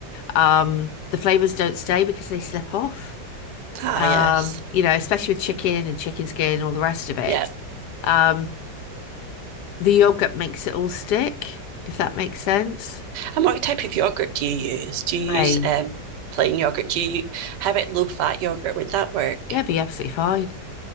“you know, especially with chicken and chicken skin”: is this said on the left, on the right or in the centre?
Left